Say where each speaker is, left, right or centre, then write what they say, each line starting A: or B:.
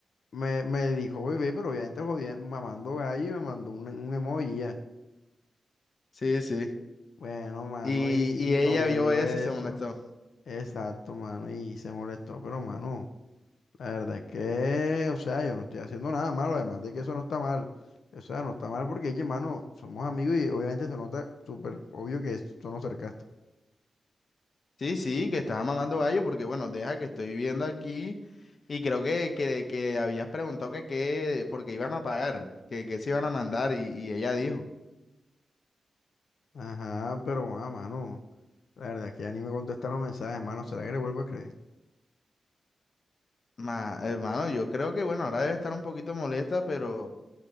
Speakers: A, on the left; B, on the left.
A: me, me dijo bebé, pero obviamente jodiendo, mamando gallo y me mandó un, un emoji ya.
B: sí, sí.
A: Bueno, mano,
B: Y,
A: y,
B: y
A: y mi
B: ella
A: novia
B: vio
A: vio
B: eso
A: eso.
B: y se molestó.
A: Exacto, mano, y se molestó, pero mano. La verdad es que, o sea, yo no estoy haciendo nada malo, además de que eso no está mal. O sea, no está mal porque, oye, mano, somos amigos y obviamente se nota súper obvio que es tono sarcástico.
B: Sí, sí, que estaba mamando gallo porque, bueno, deja que estoy viviendo aquí y creo que, que, que habías preguntado que qué, porque iban a pagar, que, que se iban a mandar y, y ella dijo,
A: Ajá, pero, ah, mano, la verdad es que ya ni me contestan los mensajes, mano, ¿será que le vuelvo a escribir?
B: ma, hermano, yo creo que, bueno, ahora debe estar un poquito molesta, pero,